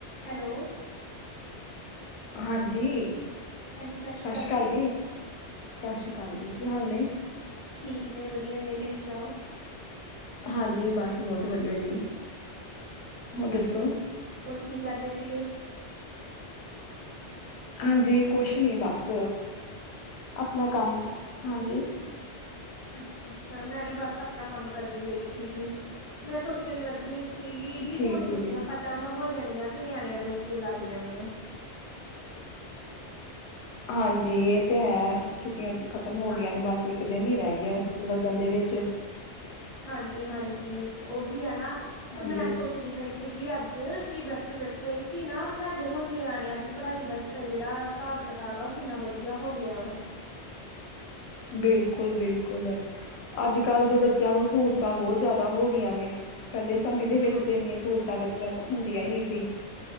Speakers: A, on the left; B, on the left.
A: ਹੈਲੋ
B: ਹਾਂਜੀ,
A: ਹਾਂਜੀ ਸਤਿ
B: ਸਸ
A: ਅਕਾਲ
B: ਸ਼੍ਰੀ ਕਾਲ ਜੀ ਸਸ ਸ਼੍ਰੀ ਅਕਾਲ ਜੀ ਕੀ ਹਾਲ ਨੇ?
A: ਠੀਕ ਨੇ ਵਧੀਆ ਨੇ ਤੁਸੀਂ ਸੁਣਾਓ,?
B: ਹਾਂਜੀ ਬਸ ਬਹੁਤ ਵਧੀਆ ਜੀ, ਹੋਰ ਦੱਸੋ?
A: ਹੋਰ ਕੀ ਕਰਦੇ ਸੀਗੇ?
B: ਹਾਂਜੀ ਕੁਛ ਨੀ ਬਸ, ਆਪਣਾ ਕੰਮ ਹਾਂਜੀ।
A: ਅੱਛਾ ਅੱਛਾ ਮੈਂ ਵੀ ਬਸ ਆਪਣਾ ਕੰਮ ਕਰਦੀ ਪਈ ਸੀਗੀ, ਮੈਂ ਸੋਚਣ ਲੱਗੀ ਸ ਕੀ
B: ਠੀਕ
A: ਹੁਣ ਛੁੱਟੀਆਂ
B: ਈ ਜੀ।
A: ਖ਼ਤਮ ਹੋ ਜਾਣੀਆਂ ਤੇ ਨਿਆਣਿਆਂ ਦੇ ਸਕੂਲ ਲੱਗ ਜਾਣੇ ਆ।
B: <inaudible> ਹਾਂਜੀ ਏ ਤੇ ਹੈ ਛੁੱਟੀਆਂ ਚ ਖਤਮ ਹੋ
A: ਹਾਂ
B: ਗਈਆਂ ਨੇ ਬਸ ਇੱਕ ਦਿਨ ਹੀ ਰਹਿ ਗਿਆ ਸਕੂਲ ਲੱਗਣ ਦੇ ਵਿੱਚ।
A: ਹਾਂਜੀ ਹਾਂਜੀ ਉਹੀ ਹੈ ਨਾ,
B: ਹਾਂਜੀ,
A: ਤੇ ਮੈਂ ਸੋਚਦੀ ਪਈ ਸੀਗੀ ਅੱਜ ਕਿ ਬੈਠੇ -ਬੈਠੇ ਕਿ ਨਾ ਸਾਡੇ ਹੁਣ ਨਿਆਣਿਆਂ ਦੀ ਪੜ੍ਹਾਈ ਦਾ ਅ ਜਿਹੜਾ ਹਿਸਾਬ ਕਿ ਕਾਬਾ ਕਿੰਨਾ ਵਧੀਆ ਹੋ ਗਿਆ ਵਾ
B: ਬਿਲਕੁਲ ਬਿਲਕੁਲ ਅੱਜ ਕੱਲ੍ਹ ਦੇ ਬੱਚਿਆਂ ਨੂੰ ਸਹੂਲਤਾਂ ਬਹੁਤ ਜ਼ਿਆਦਾ ਹੋ ਗਈਆਂ ਨੇ। ਪਹਿਲੇ ਸਮੇਂ ਦੇ
A: ਹਾਂਜੀ
B: ਵਿੱਚ ਤੇ ਇੰਨੀਆਂ ਸਹੂਲਤਾਂ ਬੱਚਿਆਂ ਨੂੰ ਹੁੰਦੀਆਂ ਨੀ ਸੀ।